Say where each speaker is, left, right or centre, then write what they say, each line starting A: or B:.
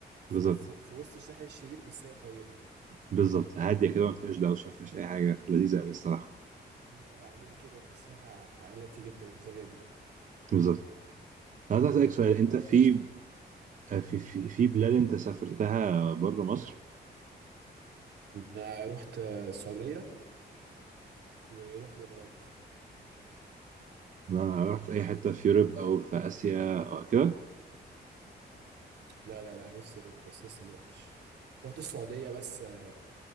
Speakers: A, on the right; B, on the right.
A: ف-
B: بالظبط
A: ف- في وسط الساحل الشرير بس هي طيبه
B: بالظبط هادية كده ما فيهاش دوشة ما فيهاش أي حاجة لذيذة أوي الصراحة
A: مم، هي عمال كده تحسها عائلتي جدا القريه دي
B: بالظبط أنا عايز أسألك سؤال أنت
A: ما
B: في
A: رحتش
B: آه، في في في بلاد أنت سافرتها بره مصر
A: انا رحت السعوديه ورحت الامارات
B: ما رحت اي حته في يوروب او في اسيا او كده
A: لا لا لا نفسي اروح بس لسه ما رحتش رحت السعوديه بس آه،